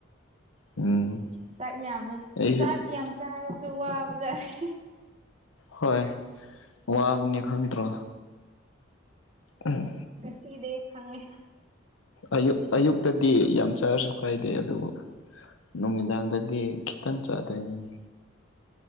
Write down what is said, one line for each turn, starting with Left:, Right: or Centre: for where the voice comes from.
Left: ꯎꯝ
Right: ꯆꯥꯛ ꯌꯥꯝ
Left: ꯑꯩꯁꯨ
Right: ꯆꯥꯛ ꯌꯥꯝ ꯆꯥꯔꯁꯨ ꯋꯥꯕꯖꯥꯠꯦ
Left: ꯍꯣꯏ ꯋꯥꯕꯅꯤ ꯈꯪꯗ꯭ꯔꯣ ꯑꯣ
Right: ꯁꯤꯗꯦ ꯈꯪꯉꯦ
Left: ꯑꯌꯨ ꯑꯌꯨꯛꯇꯗꯤ ꯌꯥꯝ ꯆꯥꯔꯁꯨ ꯀꯥꯏꯗꯦ ꯑꯗꯨꯕꯨ ꯅꯨꯃꯤꯗꯥꯡꯗꯗꯤ ꯈꯤꯇꯪ ꯆꯥꯗꯣꯏꯅꯤꯅꯦ